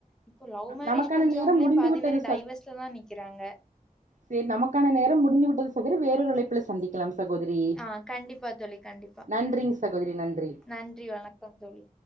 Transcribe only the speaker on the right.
நமக்கான
நேரம் முடிந்து
விட்டது
சரி நமக்கான நேரோ முடிந்துவிட்டது சகோதரி வேறொரு அலைப்புல சந்திக்கலா சகோதரி
நன்றிங் சகோதரி நன்றி